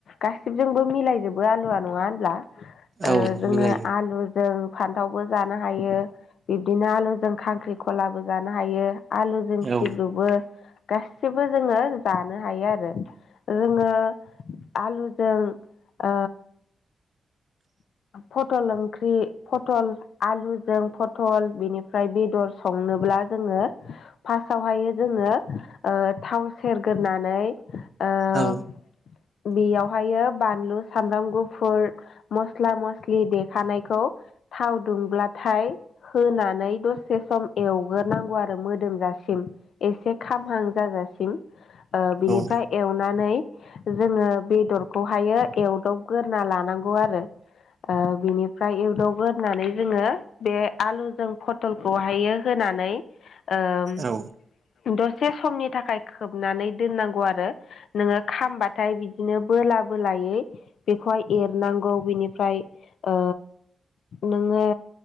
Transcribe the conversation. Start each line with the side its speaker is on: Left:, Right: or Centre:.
Left: गासिबजोंबो मिलायजोबो आलुवा नङा होनब्ला? ओ
Right: औ
Left: जोङो
Right: मिलायो
Left: आलु जों फान्थावबो जानो हायो बिब्दिनो आलु जों खांख्रिखलाबो जानो हायो आलुजों सिब्रुबो
Right: औ
Left: गासिबो जोङो जानो हायो आरो। जोङो आलुजों ओ फटल ओंख्रि फटल आलुजों फटल बिनिफ्राय बेदर संनोब्ला जोङो फार्सआवहायो जोङो ओ थाव सेरग्रोनानै ओ
Right: औ।
Left: बेयावहायो बानलु सामब्राम गुफुर मस्ला मस्लि देखानायखौ थाव दुंब्लाथाय होनानै दसे सम एवग्रोनांगौ आरो मोदोमजासिम। एसे खामहां जाजासिम ओ बिनिफ्राय
Right: औ
Left: एवनानै जोङो बेदरखौहायो एवदावग्रोना लानांगौ आरो। ओ बिनिफ्राय एवदबग्रोनानै जोङो ङो बे आलुजों फटलखौहायो होनानै ओ
Right: औ
Left: दसे समनि थाखाय खोबनानै दोननांगौ आरो नोङो खामबाथाय बिदिनो बोला बोलायै बेखौहाय एरनांगौ। बिनिफ्राय ओ नोङो